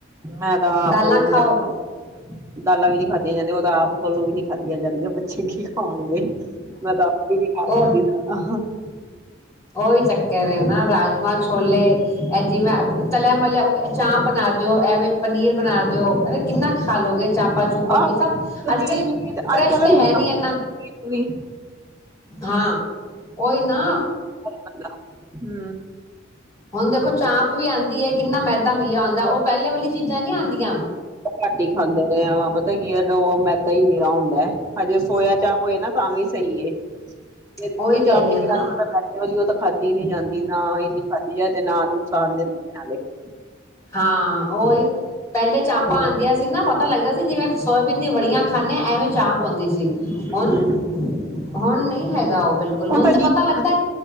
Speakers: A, on the right (about 15°); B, on the left (about 20°).
A: ਮੈਂ ਤਾਂ
B: ਦਾਲਾਂ
A: ਆਪ
B: ਖਾਓ
A: ਮੇਰੇ ਦਾਲਾਂ ਵੀ ਨੀ ਖਾਦੀਆਂ ਜਾਂਦੀਆਂ ਉਹ ਤਾਂ ਆਪ ਕੋਲੋਂ ਵੀ ਨੀ ਖਾਦੀਆਂ ਜਾਂਦੀਆਂ। <unintelligible> ਖਾਣਗੇ ਮੈਂ ਤਾਂ ਆਪ
B: ਉਹ
A: <inaudible>
B: ਉਹੀ ਚੱਕਰ ਹੈ ਨਾ ਰਾਜਮਾਂ, ਛੋਲੇ ਇਹ ਜਿਵੇਂ ਤਲਿਆ ਮਲਿਆ ਚਾਪ ਬਣਾ ਦਿਓ, ਇਹਵੇ ਪਨੀਰ ਬਣਾ ਦਿਓ ਅਰੇ ਕਿੰਨਾ ਖਾ ਲਓਗੇ ਚਾਪ ਪਾ ਚੂਪਾ
A: ਆ
B: ਵੀ ਸਭ
A: ਪਨੀਰ
B: ਅੱਜ ਕੱਲ ਫਰੈਸ਼
A: ਅੱਜ ਕੱਲ
B: ਤੇ
A: ਮਿਲਾਵਟੀ
B: ਹੈ ਨੀ ਇਨਾ
A: ਵੀ
B: ਹਾਂ ਉਹੀ ਨਾ।
A: ਹਮ
B: ਹੁਣ ਦੇਖੋ ਚਾਂਪ ਵੀ ਆਉਂਦੀ ਹੈ ਕਿੰਨਾ ਮੈ ਮਿਲਿਆ ਹੁੰਦਾ ਉਹ ਪਹਿਲੇ ਵਾਲੀ ਚੀਜ਼ਾਂ ਨੀ ਆਦੀਆਂ।
A: ਘੱਟ ਹੀ ਖਾਂਦੇ ਨੇ <inaudible> ਪਤਾ ਕੀ ਉਦੋਂ ਮੈਦਾ ਹੀ ਨੀਰਾ ਹੁੰਦਾ ਹਜੇ ਸੋਇਆ ਚਾਪ ਹੋਏ ਨਾ ਤਾਂ ਵੀ ਸਹੀ ਐ ਦੂਜੀ
B: ਉਹੀ ਕਹਿ
A: ਚਾਪ
B: ਰਹੀ ਆ
A: ਜੇ
B: ਨਾ
A: ਤਾਂ ਮੈਦੇ ਵਾਲੀ ਉਹ ਤਾਂ ਖਾਦੀ ਨੀ ਜਾਂਦੀ ਨਾ ਇਨੀ ਖਾਦੀ ਜਾਏ ਤੇ ਨਾ ਨੁਕਸਾਨ <inaudible>
B: ਹਾਂ ਓਹੀ। ਪਹਿਲੇ ਚਾਪਾਂ
A: ਹੂੰ
B: ਆਦੀਆਂ ਸੀ ਨਾ ਪਤਾ ਲੱਗਦਾ ਸੀ ਜਿਵੇਂ ਸੋਇਆਬੀਨ ਦੀ ਬੜੀਆਂ ਖਾਂਦੇ ਹ ਐਵੇਂ ਚਾਹ ਪਾਉਂਦੀ ਸੀ ਹੁਣ,
A: ਹੂੰ
B: ਹੁਣ ਨਹੀਂ ਹੈਗਾ ਉਹ ਬਿਲਕੁਲ ਹੁਣ
A: ਤਾਂ
B: ਤੇ
A: ਅਜੀਬ
B: ਪਤਾ ਲੱਗਦਾ